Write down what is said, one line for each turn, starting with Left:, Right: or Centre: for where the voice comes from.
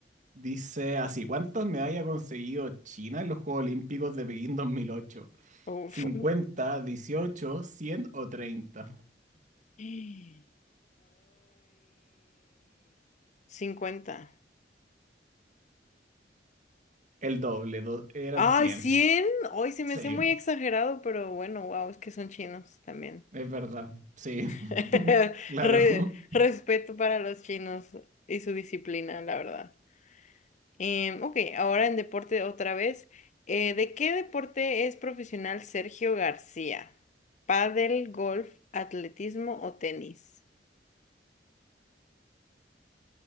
Right: dice así, ¿cuántas medallas ha conseguido China en los Juegos Olímpicos de Pekín dos mil ocho.
Left: Uf.
Right: 50, 18, 100 o treinta.
Left: Ay, 50!
Right: El doble, do- eran
Left: Ay,
Right: cien.
Left: cien! Ay, se
Right: Sí,
Left: me hace muy exagerado, pero bueno, wow, es que son chinos también.
Right: es verdad, sí. <laughs>
Left: <laughs>
Right: Claro.
Left: Re- respeto para los chinos y su disciplina, la verdad. Em, ok, ahora en deporte otra vez. Eh, ¿de qué deporte es profesional Sergio García? ¿Pádel, golf, atletismo o tenis?